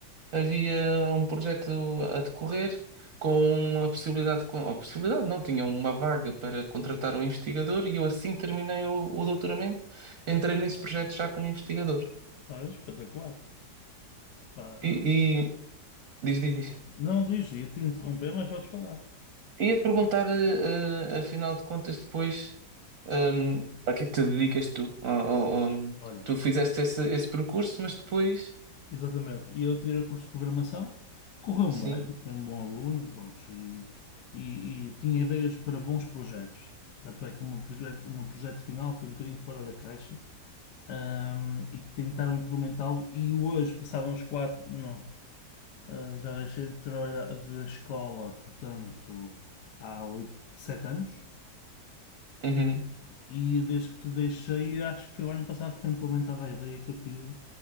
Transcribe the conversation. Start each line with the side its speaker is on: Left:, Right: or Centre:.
Right: havia um projeto a decorrer com a possibilidade, com, a possibilidade não, tinha uma vaga para contratar um investigador e eu assim que terminei o, o doutoramento, entrei nesse projeto já como investigador.
Left: Olha, espetacular. Pá, ah,
Right: E, e- diz, diz, diz.
Left: não diz, ia-te interromper, mas podes falar.
Right: Ia-te perguntar, eh, eh, afinal de contas, depois, ehm, a que é que te dedicas tu? Ó- ó- ó,
Left: Olha,
Right: tu fizeste esse, esse percurso, mas depois,
Left: exatamente. E eu tirei o curso de programação, correu-me
Right: sim.
Left: bem, fui um bom aluno, pronto, e, e, e tinha ideias para bons projetos. Tanto é que o meu projeto, o meu projeto final foi um bocadinho fora da caixa, ahm, e tentaram implementá-lo, e hoje, passavam os quatro, não, ah, já deixei de trabalhar da escola, portanto, há oito, sete anos.
Right: Uhum.
Left: E desde que deixei, acho que foi o ano passado que foi implementada a ideia que eu tive